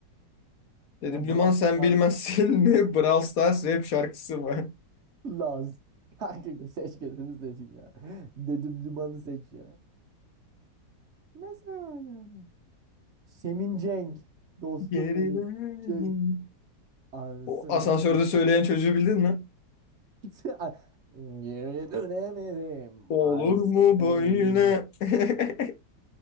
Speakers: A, on the left; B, on the right.
A: Dedim
B: Ya Brawl
A: Lüman sen
B: Stars
A: bilmezsin mi? <laughs> Brawl Stars rap şarkısı var.
B: Laz. <laughs> Kanka seç kendini seçeyim ya. Dedim limanı seç ya. Mesela yani. Semin Cenk. Dostum
A: <laughs> Gerilerim.
B: benim. Cenk. Arsız.
A: O asansörde söyleyen çocuğu bildin mi?
B: <laughs> Geri dönemedim.
A: Olur
B: Arsız.
A: mu böyle? <laughs>